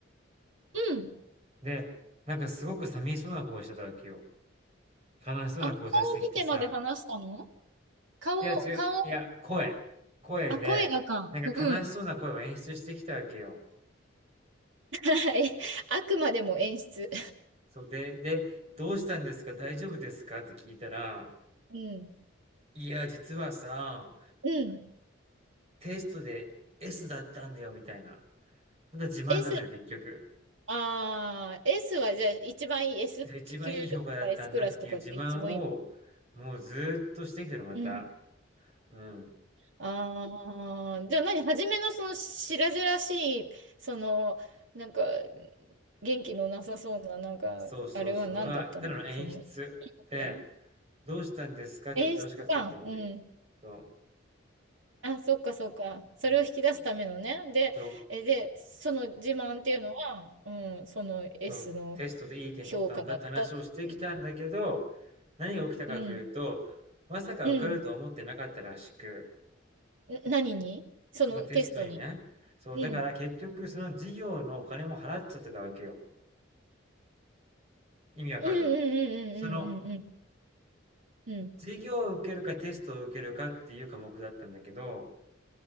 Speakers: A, on the right; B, on the right.
A: うん。
B: で、なんかすごく寂しそうな顔してたわけよ。悲しそうな顔出してきてさ、
A: あ、顔見てまで話したの顔、
B: いや、ちゅ、
A: 顔、
B: いや、声。声で、
A: あ、声がか。
B: なんか悲しそうな声を演出してきたわけよ。
A: うん。はい。あくまでも演出。
B: そうで、で、どうしたんですか大丈夫ですかって聞いたら、
A: うん。
B: いや、実はさ、
A: うん。
B: テストで S だったんだよみたいな。また自慢なのよ、
A: S、
B: 結局。
A: あー、S はじゃあ一番いい S
B: で一番いい評価だったんだっていう自慢を、
A: 級とか S クラスとかって一番いいの。
B: もうずーっとしてきたの、また。
A: うん。
B: うん。
A: ああ、じゃあ何、初めのその白々しい、その、なんか、元気のなさそうな、なんか、
B: そうそうそう。
A: あれは何だったのその、
B: は、ただの演出で、
A: ね
B: 「どうしたんですか？」って言って欲しかったんだと思うよ。
A: 演出か。うん。
B: そ
A: あ、そっかそっか。それを引き出すためのね。
B: う。うん。
A: で、
B: そう、
A: え、で、その自慢っていうのは、うん、その
B: そう、
A: S の
B: テストでいい点取ったんだって話をしてきたんだけど、
A: 評価だったっていう。
B: 何が起きたかというと、
A: うん。
B: まさか受かるとは思ってなかったらしく
A: うん。ん何にそのテストに。
B: そのテストにね。そう、
A: うん。
B: だから結局その事業のお金も払っちゃってたわけよ。意味わかる
A: うんうんうんうんうんうんうん。
B: その
A: うん。
B: 授業を受けるかテストを受けるかっていう科目だったんだけど、